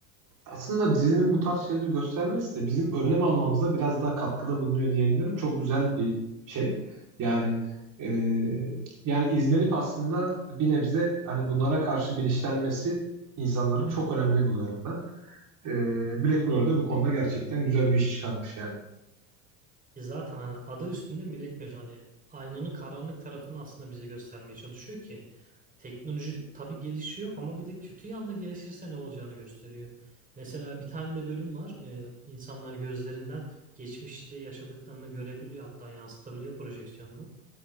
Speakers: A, on the right (about 40°); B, on the right (about 15°).
A: aslında dizinin bu tarz şeyleri göstermesi de bizim önlem almamıza biraz daha katkıda bulunuyor diyebilirim. Çok güzel bir şey. Yani e, yani izlenip aslında bir nebze hani bunlara karşı bilinçlenmesi insanların çok önemli buluyorum ben. E, Black Mirror da bu konuda gerçekten güzel bir iş çıkarmış yani.
B: E zaten hani adı üstünde melek bir hani aynanın karanlık tarafını aslında bize göstermeye çalışıyor ki teknoloji tabii gelişiyor ama bir de kötü yanda gelişirse ne olacağını gösteriyor. Mesela bir tane de bölüm var. E, insanlar gözlerinden geçmişte yaşadıklarını görebiliyor hatta yansıtabiliyor projeksiyonda.